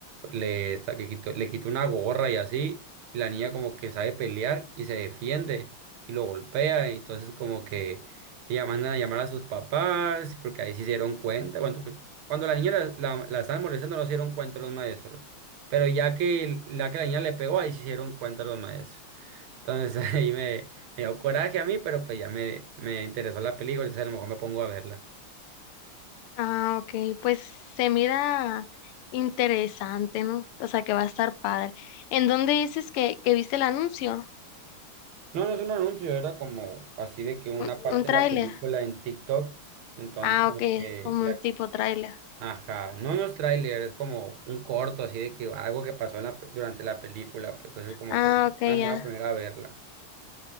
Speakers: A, on the right; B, on the left.
A: le, está, que quito- le quita una gorra y así, y la niña como que sabe pelear y se defiende y lo golpea, y entonces como que ella mandan a llamar a sus papás, porque ahí sí se dieron cuenta, cuando, cuando la niña la, la, la estaban molestando no se dieron cuenta los maestros, pero ya que, el- la que la niña le pegó, ahí sí se dieron cuenta los maestros. Entonces <laughs> ahí me, me dio coraje a mí, pero pues ya me, me interesó la película, entonces a lo mejor me pongo a verla.
B: Ah, ok, pues se mira interesante, ¿no? O sea que va a estar padre. ¿En dónde dices que, que viste el anuncio?
A: No, no es un anuncio, era como así de que una
B: ¿Un,
A: parte
B: un
A: de
B: tráiler?
A: la película en TikTok, entonces
B: Ah,
A: como
B: ok,
A: que
B: como
A: la,
B: un tipo tráiler.
A: ajá, no no es tráiler, es como un corto así de que algo que pasó en la pe- durante la película, pues entonces como
B: Ah,
A: que dije,
B: ok,
A: ah, me
B: ya.
A: voy a poner a verla.